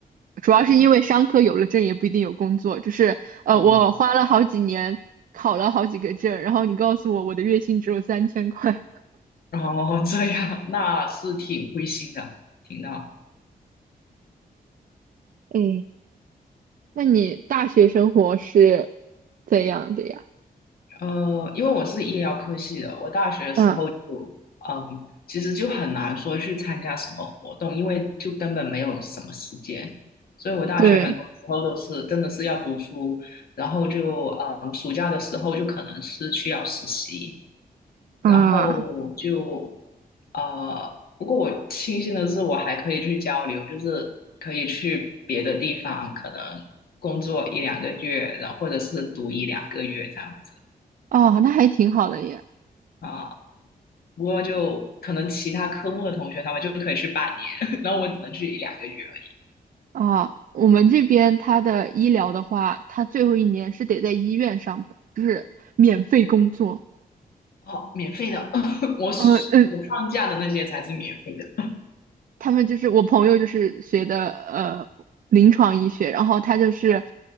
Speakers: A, on the right (about 60°); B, on the left (about 75°).
A: 主要是因为商科有了证也不一定有工作，就是呃，
B: 哦，
A: 我花了好几年考了好几个证，然后你告诉我我的月薪只有三千块，
B: 然后这样那是挺灰心的，听到。
A: <laughs> 哎，那你大学生活是怎样的呀？
B: 呃，因为我是医疗科系的，我大学的时候就，
A: 嗯，
B: 嗯，其实就很难说去参加什么活动，因为就根本没有什么时间，所以我大学很多时候都是真的是要读书，
A: 对
B: 然后就，嗯，暑假的时候就可能是去要实习，
A: 啊，
B: 然后就，呃，不过我庆幸的是我还可以去交流，就是可以去别的地方，可能工作一两个月，然后或者是读一两个月这样子。
A: 哦，那还挺好的耶。
B: 啊。不过就可能其他科目的同学他们就可以去半年，<laughs> 然后我只能去一两个月而已。
A: 啊，我们这边他的医疗的话，他最后一年是得在医院上班，就是免费工作。
B: 哦，免费的，<laughs> 我
A: 嗯嗯，
B: 我放假的那些才是免费的。
A: 他们就是我朋友就是学的呃临床医学，然后他就是